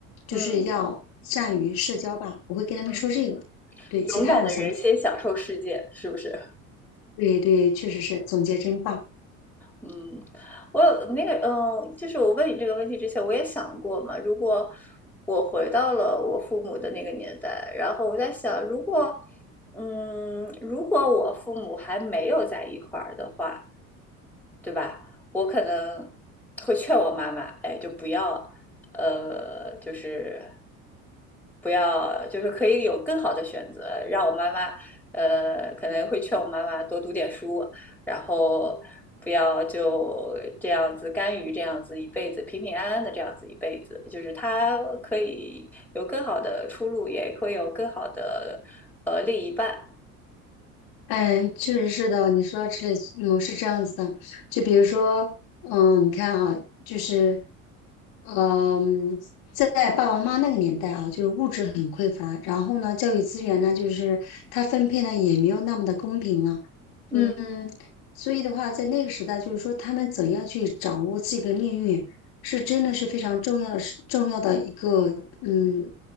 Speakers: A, on the left; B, in the centre.
A: 就是要善于社交吧。
B: 嗯嗯
A: 我会跟他们说这个，
B: 嗯，
A: 对，
B: 勇敢的人先享受世界，
A: 其他我想不起来。
B: 是不是？
A: 对对，确实是，总结真棒。
B: 嗯，我有那个，嗯，就是我问你这个问题之前，我也想过嘛。如果我回到了我父母的那个年代，然后我在想，如果，嗯，如果我父母还没有在一块儿的话，对吧？我可能会劝我妈妈，哎，就不要，呃，就是不要，就是可以有更好的选择。让我妈妈，呃，可能会劝我妈妈多读点书，然后不要就这样子甘于这样子一辈子，平平安安的这样子一辈子。就是她可以有更好的出路，也会有更好的呃另一半。
A: 嗯，确实是的。你说到这里，嗯，是这样子的。就比如说，嗯，你看啊，就是，嗯，在爸爸妈妈那个年代啊，就是物质很匮乏，然后呢，教育资源呢，就是它分配呢也没有那么的公平啊。
B: 嗯
A: 嗯，所以的话，在那个时代，就是说他们怎样去掌握自己的命运，是真的是非常重要的事，重要的一个，嗯，